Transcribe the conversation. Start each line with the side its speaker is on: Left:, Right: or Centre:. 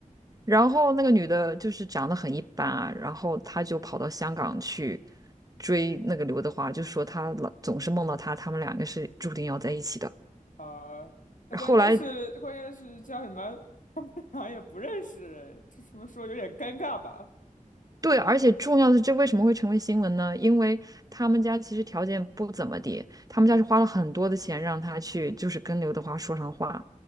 Right: 然后那个女的就是长得很一般啊，然后她就跑到香港去追那个刘德华，就说她老总是梦到他，他们两个是注定要在一起的。
Left: 啊，那关键是关键是叫什么？
Right: 后来，
Left: 他们俩也不认识，这怎么说有点尴尬吧？
Right: 对，而且重要的是，这为什么会成为新闻呢？因为他们家其实条件不怎么地，他们家是花了很多的钱让他去，就是跟刘德华说上话。